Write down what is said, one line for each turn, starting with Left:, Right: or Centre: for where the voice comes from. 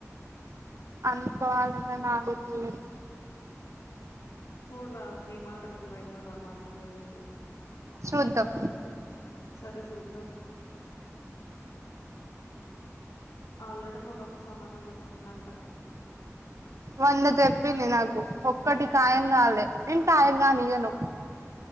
Right: అనుకోవాలిగానాగుతుంది
Left: చూడరా నీ మాట నిజమైతదో నా మాట నిజమయితదో
Right: చూద్దాం
Left: సరే చూద్దాం ఆల్రెడీ మొన్న ఒక సంబంధం వచ్చిందంట
Right: మొన్న చెప్పింది నాకు ఒక్కటి ఖాయం కాలే నేను ఖాయంగానీయ్యను